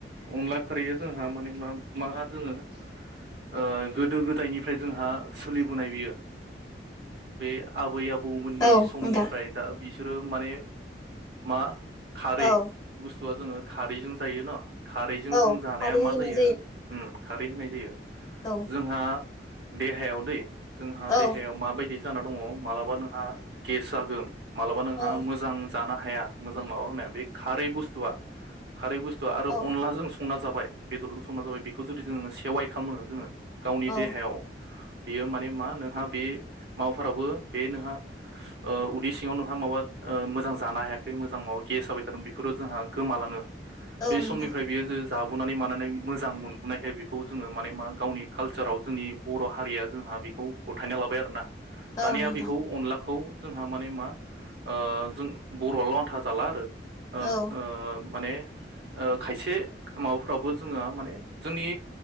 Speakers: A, on the right; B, on the left.
A: अनला खारैया जोंहा माने मा मा जोङो ओ गोदो-गोदायनिफ्राय जोंहा सोलिबोनाय बियो बे आबै-आबौमोननि
B: औ
A: समनिफ्राय
B: नोंथां
A: दा बिसोर ओ माने मा खारै
B: औ
A: बुस थु आ जोङो खारैजों जायो न'? खारैजों
B: औ
A: जों जानाया
B: खारै होनाय
A: मा जायो उम खारै होनाय जायो?
B: औ
A: जोंहा दे हायाव दै जोंहा
B: औ
A: देहायाव माबायदि जाना दङ मालाबा नोंहा गेस जागोन मालाबा नोंहा
B: औ
A: मोजां जानो हाया मोजां माबा होननाय बे खारै बुस्थुआ खारै बुस्थुआ आरो
B: औ
A: अनलाजों संना जाबाय बेदरजों संना जाबाय बेखौ जुदि जोङो सेवाइ खालामो जोङो गावनि
B: औ
A: देहायाव बेयो माने मा नोंहा बे माबाफोरावबो बे नोंहा उदै सिङाव नोंहा माबा मोजां जानो हायाखै मोजां माबा गेस जाबाय बेफोरो जोंहा गोमालाङो
B: औ
A: बे
B: नोंथां
A: समनिफ्राय बियो ज जाबोनानै मानानै मोजां मोनबोनायखाय बेखौ जोङो माने मा गावनि कालसाराव जोंनि बर' हारिया जोंहा बेखौ गथायना लाबाय आरो ना।
B: औ
A: दानिया
B: नोंथां
A: बेखौ अनलाखौ। जोंहा माने मा जों बर'आल' आन्था जाला आरो। आ
B: औ
A: आ। माने खायसे माबाफ्रावबो जोङो माने जोंनि